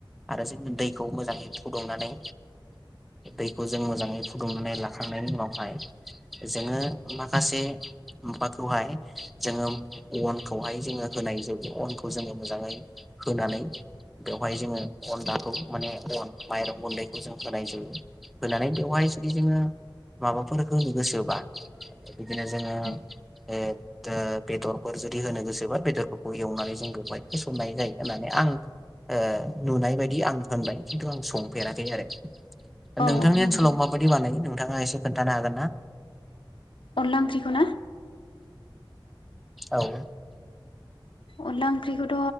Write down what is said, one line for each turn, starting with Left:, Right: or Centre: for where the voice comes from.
Centre: आरो जों दै खौ मोजाङै फुदुंनानै दैखौ जों मोजाङै फु फुदुंनानै लाखांनायनि उनावहाय जोङो माखासे माबाखौहाय जोङो अनखौहाय जोङो होनाय जायो अनखौ जोङो मोजाङै होनानै बेवहाय जोङो अनलाखौ माने अन माइरं गुन्दैखौ जों होनाय जायो होनानै बेवहाय जुदि नोङो माबाफोर होनो गोसोबा बिदिनो जोङो
Left: औ
Centre: ओ बेदर फोर जुदि होनो गोसोबा बेदरफोरखौ एवनानै जों बेवहाय थिसननाय जायो होननानै आं ओ नुनाय बायदि आं होनबाय खिन्थु आं सं फेराखै आरो
Left: औ
Centre: नोंथांनि
Left: नंगौ
Centre: ओनसोलाव माबायदि बानायो नोंथांङा एसे खोन्थानो हागोन ना
Left: अनला ओंख्रिखौना
Centre: औ
Left: अनला ओंख्रिखौथ'